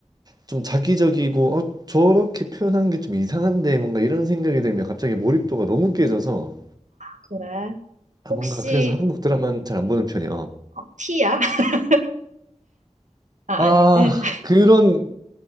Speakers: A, on the right (about 35°); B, on the right (about 85°).
A: 좀 자기적이고 어 저렇게 표현하는 게 좀 이상한데 뭔가 이런 생각이 들면 갑자기 몰입도가 너무 깨져서
B: 그래.
A: 아
B: 혹시
A: 뭔가 그래서 한국 드라마는 잘 안 보는 편이야.
B: 어, 티야 <laughs> 아,
A: 아
B: 아니지?
A: 그런